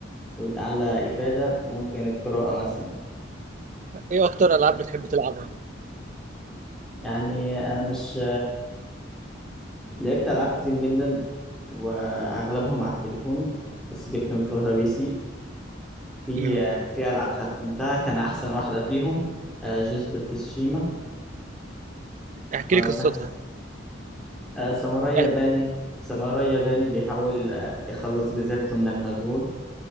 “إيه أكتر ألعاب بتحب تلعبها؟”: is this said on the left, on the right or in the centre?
Right